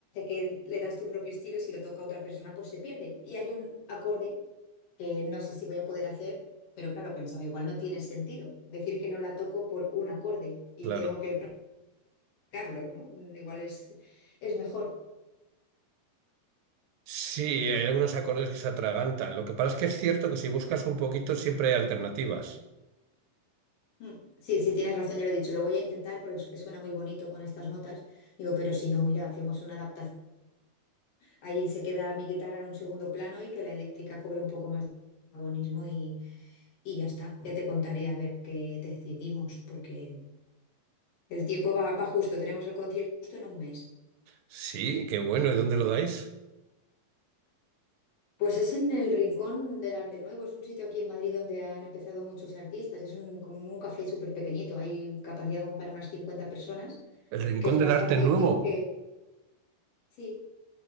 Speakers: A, on the left (about 70°); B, on the right (about 80°).
A: que le das tu propio estilo y si lo toca otra persona, pues se pierde. Y hay un acorde que no sé si voy a poder hacer, pero claro, pensaba, igual no tiene sentido decir que no la toco por un acorde y
B: Claro.
A: tengo que practicarlo, ¿no? Mm, Igual es, es mejor.
B: Sí, hay algunos acordes que se atragantan. Lo que pasa es que es cierto que si buscas un poquito siempre hay alternativas.
A: Mm, Sí, sí, tienes razón, ya lo he dicho, lo voy a intentar porque es que suena muy bonito con estas notas. Digo, pero si no, mira, hacemos una adaptación Ahí se queda mi guitarra en un segundo plano y que la eléctrica cobre un poco más de protagonismo y, y ya está. Ya te contaré a ver qué decidimos, porque el tiempo va, va justo. Tenemos el concierto justo en un mes.
B: Sí, qué bueno. ¿Y dónde lo dais?
A: Pues es en el Rincón del Arte Nuevo, es un sitio aquí en Madrid donde han empezado muchos artistas. Es un, como un café súper pequeñito, hay capacidad como para unas 50 personas,
B: El Rincón
A: que es
B: del
A: bastante
B: Arte Nuevo.
A: íntimo, que sí,